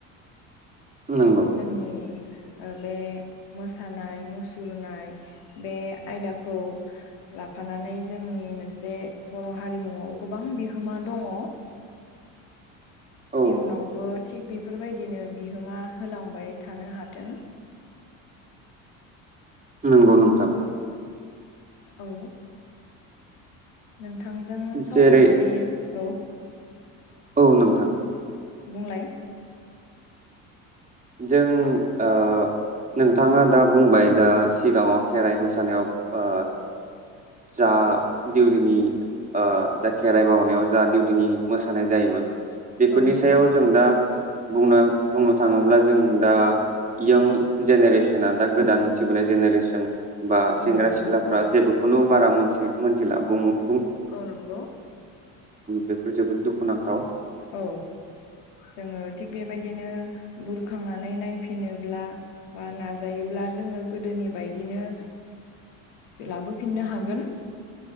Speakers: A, on the right (about 20°); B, on the left (about 85°).
A: नंगौ
B: जोंनि ओ बे मोसानाय मुसुरनाय बे आयदाखौ लाफानानै जोंनि मोनसे बर' हारिमुआव गोबां बिहोमा दङ।
A: औ
B: इयुनावबो थिग बे फोरबायदिनो बिहोमा होलांबाय थानो हाथों
A: नंगौ नोंथां
B: औ नों थांजों सावरायनानै
A: जेरै
B: औ
A: औ नोंथां
B: बुंलाय
A: जों ओ नोंथाङा दा बुंबाय दा सिगाङाव खेराइ मोसानायाव ओ जा देउरिनि ओ दा खेराइ बावनायाव जा देउ दिनि मोसानाय जायोमोन बेफोरनि
B: औ नंगौ
A: सायाव जों दा बुं बुंनो थाङोब्ला जों दा यां जेनेरेसना दा गोदान उथिबोनाय जेनेरेसन बा सेंग्रा
B: औ नंगौ
A: सिख्लाफ्रा जेबो खुनु बारा मोनथियै मोनथिला बुङो
B: औ नंगौ
A: बेफोर जोबोद दुखुनांथाव
B: औ जोङो थिग बेबायदिनो बुरखांनानै नायफिनोब्ला बा नाजायोब्ला जोङो गोदोनि बायदिनो लाबोफिननो हागोन